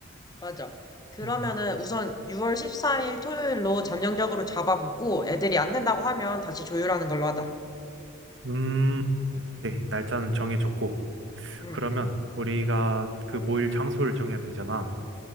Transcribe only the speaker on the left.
맞아. 그러면은
우선 6월 14일 토요일로 잠정적으로 잡아보고 애들이 안 된다고 하면 다시 조율하는 걸로 하자.
응.